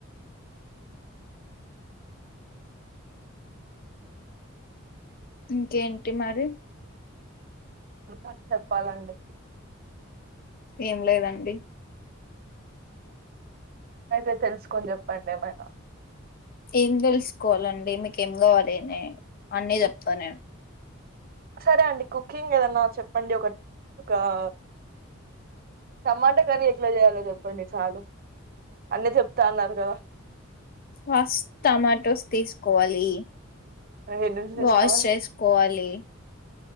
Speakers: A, on the left; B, on the right.
A: ఇంకేంటి మరి
B: ఇంకా చెప్పాలండి
A: ఏం లేదండి
B: అయితే తెలుసుకొని చెప్పండి ఏమైనా
A: ఏం తెలుసుకోవాలండి మీకేం కావాలి అని అన్నీ చెప్తా నేను
B: సరే అండి కుక్కింగ్ ఏదనా చెప్పండి ఒకటి ఒక ఆ టమాటా కర్రీ ఎట్ల చేయాలో చెప్పండి చాలు అన్నీ చెప్తా అన్నారు గదా
A: ఫస్ట్ టమాటోస్ తీసుకోవాలి
B: హెడ్ నుంచి తీసుకోవాలి
A: వాష్ చేసుకోవాలి